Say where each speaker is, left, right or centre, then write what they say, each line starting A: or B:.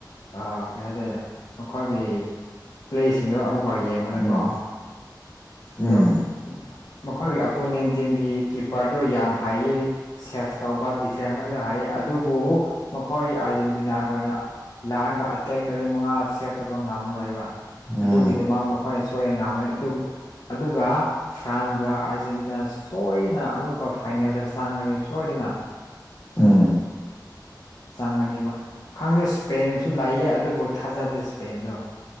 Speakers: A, on the left; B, on the left.
A: ꯑ ꯀꯔꯤ ꯍꯥꯏꯇꯥꯔꯦ ꯃꯈꯣꯏꯒꯤ ꯄ꯭ꯂꯦꯁꯤꯡꯗꯣ ꯑꯃꯨꯛ ꯍꯣꯏ ꯌꯦꯡꯕꯗꯀꯣ
B: ꯎꯝ ꯎꯝ
A: ꯑꯗꯣ ꯃꯈꯣꯏꯒꯤ ꯑꯄꯣꯅꯦꯟ ꯇꯤꯝꯒꯤ ꯀꯤꯞꯄꯔꯗꯣ ꯌꯥꯝ ꯍꯥꯏꯌꯦ ꯁꯦꯞ ꯇꯧꯕ ꯗꯤꯐꯦꯟꯒꯗ ꯍꯥꯏꯌꯦ ꯑꯗꯨꯕꯨ ꯃꯈꯣꯏ ꯑꯥꯔꯖꯦꯟꯇꯤꯅꯥ ꯈꯣꯏꯅ ꯂꯥꯛꯑꯒ ꯑꯇꯦꯛ ꯇꯧꯔꯤꯕ ꯃꯉꯥ ꯁꯦꯞ ꯇꯧꯕ ꯉꯝꯃꯔꯣꯏꯕ
B: ꯎꯝ
A: ꯑꯗꯨꯒꯤꯗꯃꯛ ꯃꯈꯣꯏ ꯍꯣꯏꯑꯦ ꯉꯥꯡꯃꯨꯅꯤ ꯑꯗꯨꯕꯨ ꯑꯗꯨꯒ ꯐ꯭ꯔꯥꯟꯁꯒ ꯑꯥꯔꯖꯦꯟꯇꯤꯅꯥ ꯁꯣꯏꯗꯅ ꯑꯃꯨꯛꯀ ꯐꯥꯏꯅꯦꯜꯗ ꯆꯪꯒꯅꯤ ꯁꯣꯏꯗꯅ <unintelligible> <inaudible>
B: ꯎꯝ
A: ꯆꯪꯒꯅꯦꯕ ꯈꯪꯗꯦ ꯏꯁꯄꯦꯟꯁꯨ ꯂꯩꯌꯦ ꯑꯗꯨꯕꯨ ꯀ ꯊꯥꯖꯗꯦꯁꯄꯦꯟꯗ